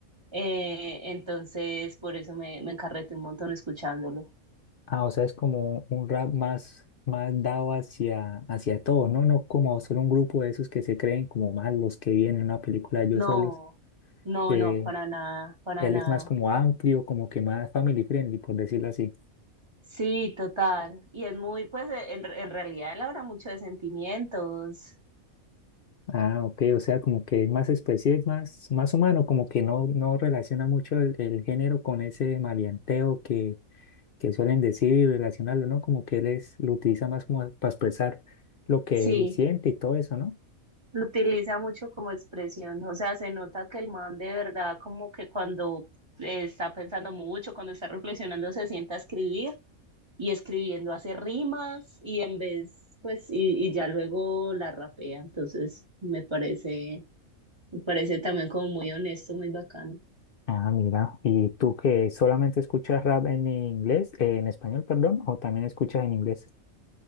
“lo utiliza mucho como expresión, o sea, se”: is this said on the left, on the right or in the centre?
Right